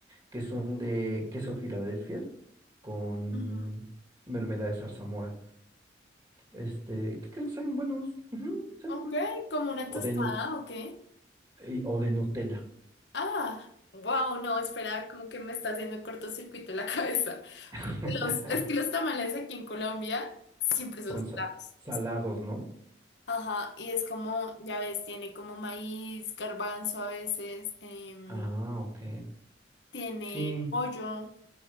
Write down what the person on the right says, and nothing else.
que son de queso Filadelfia con
mermelada de zarzamora. Este, que creo que saben buenos, ujú, saben
buenos.
O
de, nut-
y- o de Nutella.
<laughs>
Son
sa-
salados, ¿no?
Ah, ok.
Sí,